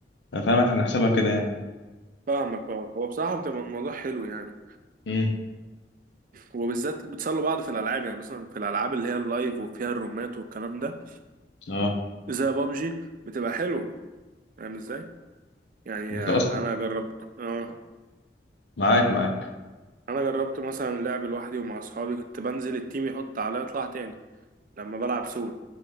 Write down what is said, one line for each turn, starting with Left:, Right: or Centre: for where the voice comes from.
Left: فاهم احنا بنحسبها كده يعني
Right: فاهمك اه هو بصراحة بتبقى الموضوع حلو يعني
Left: امم
Right: وبالذات بتسلوا بعض في الالعاب يعني مثلا في الالعاب اللي هي اللايف وفيها الرومات والكلام ده
Left: اه
Right: زي بابجي بتبقى حلوه فاهم ازاي يعني
Left: انت
Right: انا
Left: اصلا
Right: جربت اه
Left: معاك معاك
Right: انا جربت مثلا لعب لوحدي ومع اصحابي كنت بنزل التيم يحط عليا اطلع تاني لما بلعب سول